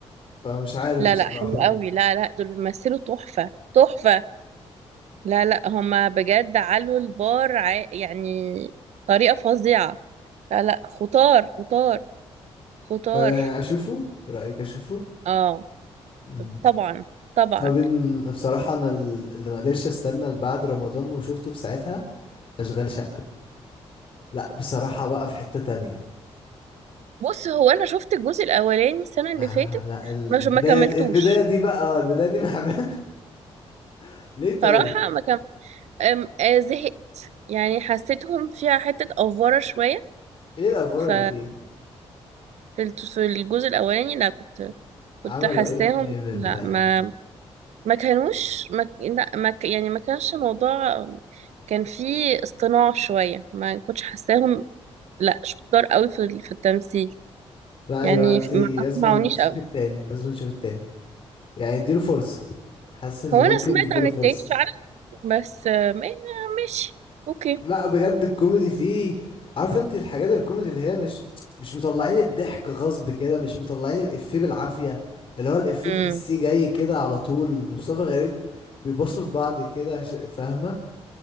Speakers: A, on the left; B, on the right.
A: فمش عارف
B: لا
A: بصراحة
B: لا حلو قوي لا لا دول بيمثلوا تحفه تحفه لا لا هما بجد علوا البار ع... يعني طريقه فظيعه لا لا خطار خطار خطار
A: فاشوفه رايك اشوفه
B: اه
A: مم.
B: طبعا طبعا
A: طب إن- بصراحه انا ال- اللي ما قدرش استنى لبعد رمضان وشفته في ساعتها اشغال شقه لا بصراحه بقى في حته تانية
B: بص هو انا شفت الجزء الاولاني السنه اللي
A: آه
B: فاتت
A: لا البدايه
B: مش ما كملتوش
A: دي البدايه دي بقى آه، البدايه دي بحب... <laughs> ليه طيب
B: صراحه ما كم... أم... آه، زهقت يعني حسيتهم فيها حته افوره شويه
A: ايه الافوار
B: ف
A: اللي فيه
B: في الت- في الجزء الاولاني لا كنت كنت
A: عملوا
B: حاساهم
A: ايه طيب ال...
B: لا ما ما كانوش ما... لا ما... ك- يعني ما كانش موضوع كان فيه اصطناع شويه ما كنتش حاساهم لا شطار قوي في ال- في التمثيل
A: لا
B: يعني
A: يبقى انت لازم
B: ما اقنعونيش
A: تشوفي
B: قوي
A: التاني لازم تشوفي التاني يعني اديله فرصه حاسس ان
B: هو
A: ممكن
B: انا سمعت
A: نديله
B: عن
A: فرصه
B: التاني فعلا بس آه، ما- ماشي اوكي
A: لا بجد الكوميدي فيه عارف انت الحاجات الكوميدي اللي هي مش مش مطلعين الضحك غصب كده مش مطلعين الإفيه بالعافية اللي هو الإفيه
B: امم
A: تحسيه جاي كده على طول مصطفى غريب بيبصوا لبعض كده ش- فاهمة